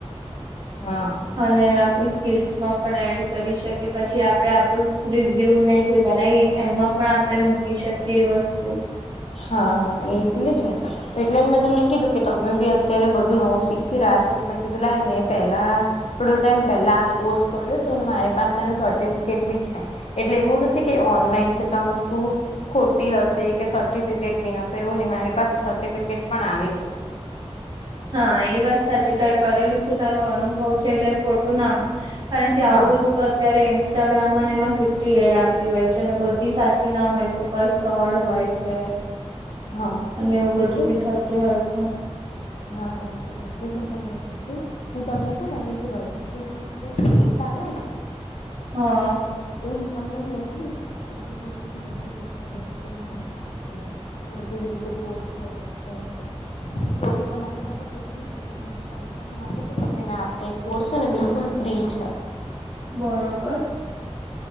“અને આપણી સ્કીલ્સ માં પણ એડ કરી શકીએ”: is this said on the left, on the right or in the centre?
Right